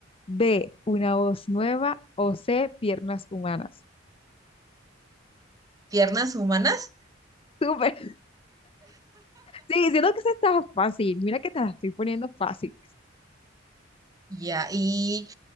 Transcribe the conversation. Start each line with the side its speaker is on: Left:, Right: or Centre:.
Left: B, una voz nueva. O C, piernas humanas.
Right: Piernas humanas.
Left: Súper. Sí, siento que eso está fácil. Mira que te la estoy poniendo fácil.
Right: Ya, y